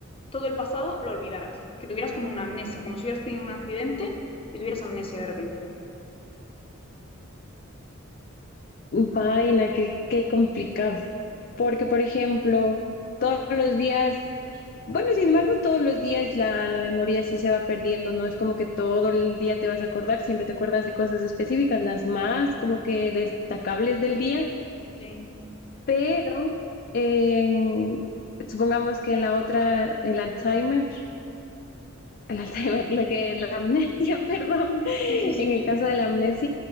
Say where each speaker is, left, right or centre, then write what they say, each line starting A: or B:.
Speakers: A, on the left; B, on the left.
A: todo el pasado lo olvidaras, que tuvieras como una amnesia, como si hubieras tenido un accidente y tuvieras amnesia de repente.
B: vaina, qué, qué complicado. Porque, por ejemplo, todos los días, bueno, sin embargo, todos los días la, la memoria sí se va perdiendo, no es como que todo el día te vas a acordar, siempre te acuerdas de cosas específicas, las más como que destacables del día,
A: Sí.
B: pero en- supongamos que la otra, el Alzheimer. El Alzheimer, la que la amnesia, <laughs> perdón.
A: Sí, sí,
B: En
A: sí.
B: el caso de la amnesia,